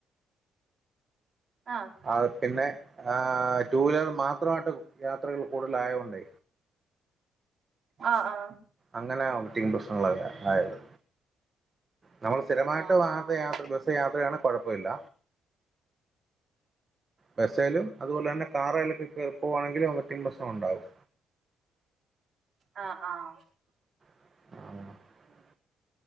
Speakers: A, on the right; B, on the right.
A: ആഹ്
B: ആ പിന്നെ ആ ടു വീലർ മാത്രമായിട്ട് യാത്രകൾ കൂടുതലായോണ്ട്
A: ആ ആ
B: അങ്ങനെ വൊമിറ്റിംഗ് പ്രശ്നങ്ങളുള്ളവർ ആയത് നമ്മള് സ്ഥിരമായിട്ട്
A: ആഹ്
B: വാഹനത്തെ
A: ആഹ്
B: യാത്ര ബസ് യാത്രയാണെ കൊഴപ്പമില്ല ബസ്സെലും അതുപോലെ തന്നെ കാറേലൊക്കെ കേറി പോവാണെങ്കില് വൊമിറ്റിംഗ് പ്രശ്നം ഉണ്ടാവും
A: ആഹ് ആഹ്
B: <unintelligible>